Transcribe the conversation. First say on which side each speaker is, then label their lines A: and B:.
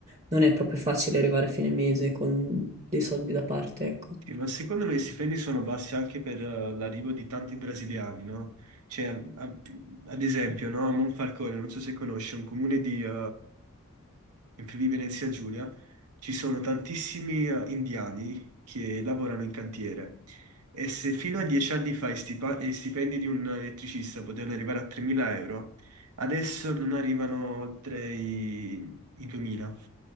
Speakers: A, on the right; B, on the right.
A: non è proprio facile arrivare a fine mese con dei soldi da parte, ecco.
B: Sì, ma secondo me i stipendi sono bassi anche per eh, l'arrivo di tanti brasiliani, no? Cioè, a- ad esempio, no? A Monfalcone, non so se conosci, è un comune di, eh, in Friuli Venezia Giulia, ci sono tantissimi eh, indiani che lavorano in cantiere. E se fino a dieci anni fa i stipa- i stipendi di un elettricista potevano arrivare a 3.000 euro, adesso non arrivano oltre i, i 2.000.